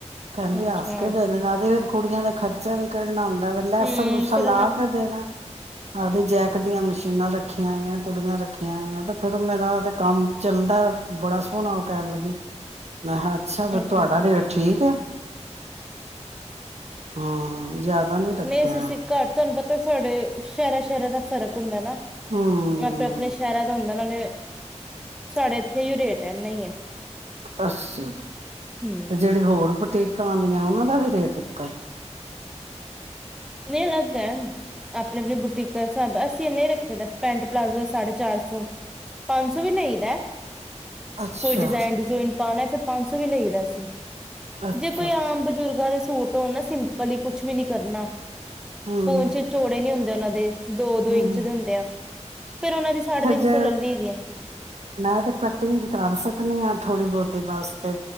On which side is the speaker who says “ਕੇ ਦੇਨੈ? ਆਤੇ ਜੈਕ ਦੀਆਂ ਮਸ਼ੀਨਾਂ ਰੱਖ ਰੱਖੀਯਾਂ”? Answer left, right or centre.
Right